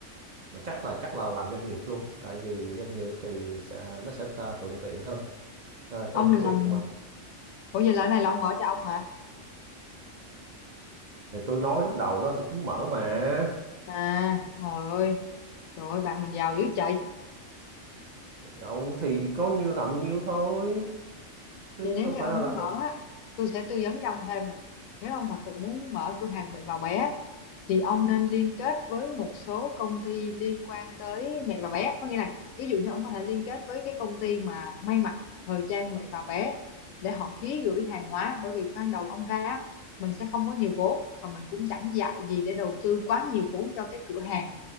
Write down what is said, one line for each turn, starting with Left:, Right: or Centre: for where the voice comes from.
Right: mà chắc là chắc là làm doanh nghiệp luôn tại vì doanh nghiệp thì sẽ, nó sẽ ta thuận tiện hơn Ờ,
Left: ông
Right: trong cái
Left: định
Right: việc
Left: làm
Right: mà
Left: ủa vậy là cái này là ông mở cho ông hả
Right: thì tôi nói lúc đầu đó tôi tính mở mà
Left: à trời ơi Trời ơi, bạn mình giàu dữ trời.
Right: Đâu thì có nhiêu làm nhiêu thôi chứ
Left: Vậy nếu
Right: đâu
Left: như
Right: phải
Left: ông
Right: là
Left: muốn
Right: làm
Left: mở á, tôi sẽ tư vấn cho ông thêm nè. Nếu ông thật sự muốn mở cửa hàng mẹ và bé thì ông nên liên kết với một số công ty liên quan tới mẹ và bé. Có nghĩa là ví dụ như ông có thể liên kết với cái công ty mà may mặc thời trang mẹ và bé để họ ký gửi hàng hóa bởi vì ban đầu ông ra á, mình sẽ không có nhiều vốn và mình cũng chẳng dại gì để đầu tư quá nhiều vốn cho cái cửa hàng